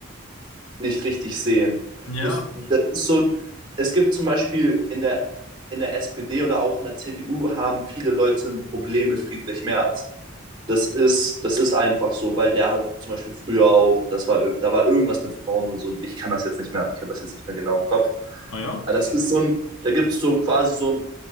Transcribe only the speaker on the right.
nicht richtig sehen.
Das, das ist so, es gibt zum Beispiel in der, in der SPD oder auch in der CDU haben viele Leute ein Problem mit Friedrich Merz das ist, das ist einfach so, weil der hat zum Beispiel früher auch, das war, da war irgendwas mit Frauen und so. Ich kann das jetzt nicht mehr, ich habe das jetzt nicht mehr genau im Kopf.
Aber das ist so ein, da gibt es so quasi so ein,